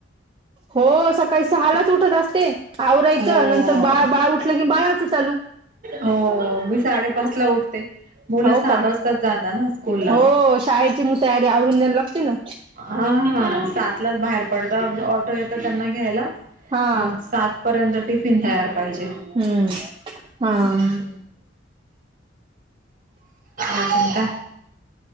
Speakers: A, on the right; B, on the right.
A: हो सकाळी सहालाच उठत असते आवरायचं
B: हो
A: नंतर बा बाळा उठलं की बाळाच चालू
B: हो मी साडेपाच ला उठते मुलं
A: हो
B: सात
A: का
B: वाजताच जाता ना स्कूलला
A: हो शाळेची मग तयारी आवरून द्यायला लागते ना
B: हा ह सातलाच बाहेर पडत ऑटो येत त्यांना घ्यायला
A: हा
B: मग सात पर्यंत टिफिन तयार पाहिजे
A: हम्म. हा
B: हम् अजून काय